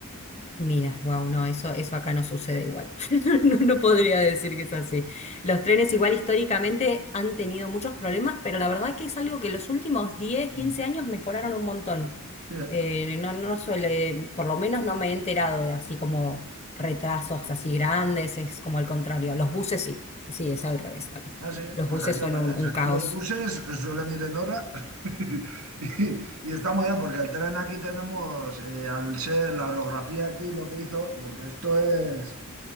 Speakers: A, on the left; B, on the right.
A: Mira, wow, no, eso, eso acá no sucede igual. <laughs> No, no podría decir que es así. Los trenes igual históricamente han tenido muchos problemas, pero la verdad que es algo que los últimos 10,
B: <laughs>
A: 15 años mejoraron un montón.
B: Sí. eh.
A: Eh, no, no suele, por lo menos no me he enterado de así como retrasos así grandes, es como al contrario. Los buses sí, sí, es al revés acá.
B: Ah, sí,
A: Los
B: pues
A: buses
B: aquí
A: son
B: al revés.
A: un, un
B: Aquí
A: caos.
B: los buses suelen ir en hora <laughs> y, y está muy bien porque el tren aquí tenemos, eh, al ser la orografía aquí lo que hizo, porque esto es,